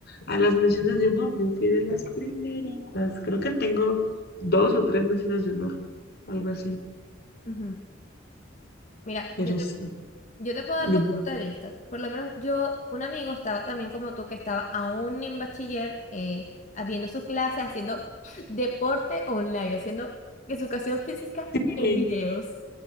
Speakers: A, on the left (about 55°); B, on the left (about 40°).
A: a las menciones de honor, yo fui de las primeritas. Creo que tengo dos o tres menciones de honor, algo así.
B: Ujú. Mira,
A: Pero
B: yo te,
A: sí,
B: yo te puedo
A: dime.
B: dar dos puntos de vista. Por lo menos yo, un amigo estaba también como tú, que estaba aún en bachiller, eh, viendo sus clases, haciendo <laughs> deporte online, haciendo educación física
A: Sí,
B: en videos.